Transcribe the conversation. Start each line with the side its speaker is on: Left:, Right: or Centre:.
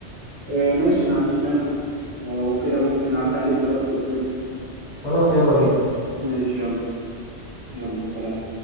Right: آه، ماشي ما عنديش مانع يعني لو كده ممكن اعدي عليك دلوقتي اوكي
Left: خلاص يلا بينا
Right: ماشي يلا يلا سلام